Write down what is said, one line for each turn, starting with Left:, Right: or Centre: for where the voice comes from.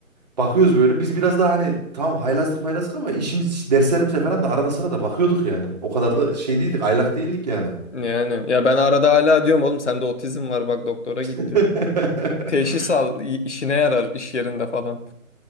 Right: bakıyoruz böyle biz biraz daha hani tamam haylazlık maylazlık ama işimiz derslerimize falan da arada sırada bakıyorduk yani. O kadar da şey değildik aylak değildik yani.
Left: Yani ya ben arada hala diyorum oğlum sende otizm var bak doktora
Right: <laughs>
Left: git diyor. Teşhis al i- işine yarar iş yerinde falan.